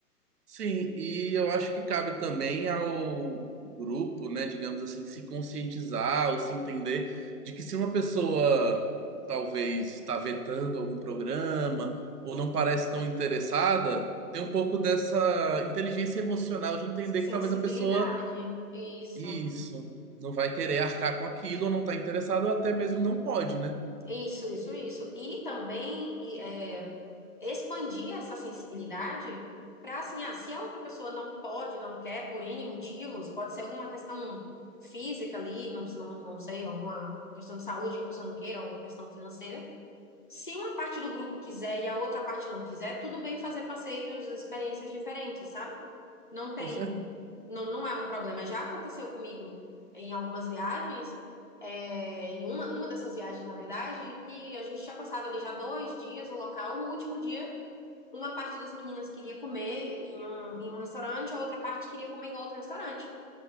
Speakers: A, on the right; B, on the left.
A: sim, e eu acho que cabe também ao grupo, né, digamos assim, se conscientizar ou se entender de que se uma pessoa talvez está vetando algum programa ou não parece tão interessada, tem um pouco dessa inteligência emocional de entender que
B: Sensibilidade.
A: talvez a pessoa,
B: Isso,
A: isso, não vai querer arcar com aquilo ou não está interessada ou até mesmo não pode, né?
B: isso, isso, isso. E também e, é, expandir essa sensibilidade para, assim, ah, se a outra pessoa não pode, não quer, por N motivos, pode ser alguma questão física ali, não, não, não sei, alguma questão de saúde que a pessoa não queira, alguma questão financeira. Se uma parte do grupo quiser e a outra parte não quiser, tudo bem fazer passeios, experiências diferentes, sabe? Não tem,
A: Com
B: não, não é um problema. Já aconteceu comigo em algumas viagens, é, em uma, uma dessas viagens, na verdade, que a gente tinha passado ali já dois dias no local. No último dia, uma parte das meninas queria comer em um, em um restaurante, a outra parte queria comer em outro restaurante.